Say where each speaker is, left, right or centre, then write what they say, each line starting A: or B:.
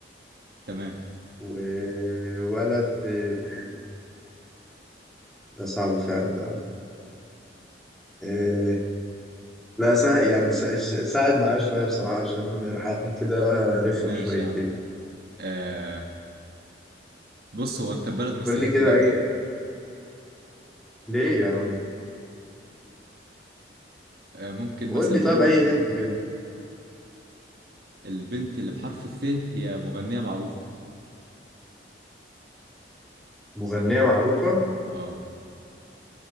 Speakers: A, on the right; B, in the centre.
A: تمام
B: وولد آه، ده صعب فعلا آه، لا سا... يعني سا... س- ساعد معايا شوية بصراحة عشان الحرف ده رخم
A: ماشي
B: شويتين
A: يا عم آه بص هو انت بلد مستحيل
B: قول لي كده
A: تجيبها
B: أي ليه يا عم
A: آه ممكن
B: قول
A: مثلا
B: لي
A: نقول
B: طب أي هنت كده
A: البنت اللي بحرف الثاء هي مغنية معروفة
B: مغنية معروفة
A: اه